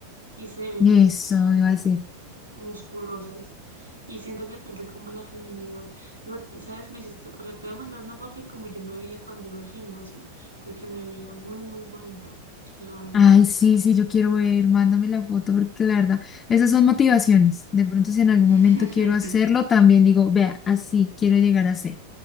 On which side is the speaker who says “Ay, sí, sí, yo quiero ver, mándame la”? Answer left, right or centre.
Left